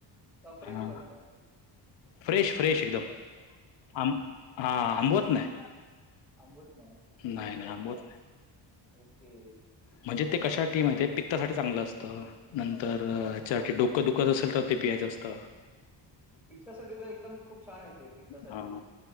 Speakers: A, in the centre; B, on the left.
A: कफरेश
B: हा
A: बनत.
B: फ्रेश फ्रेश एकदम आम हा आंबवत नाही.
A: अंबवत नाही.
B: नाही नाही आबवत नाही.
A: ओके
B: म्हणजे ते कशासाठीी माहितीय पित्तासाठी चांगलं असतं नंतर हच्यासाठी डोकं दुखत असेल तर. ते प्यायच असत.
A: पित्तासाठी तर एकदम खूप छान येते पित्तासाठी
B: हा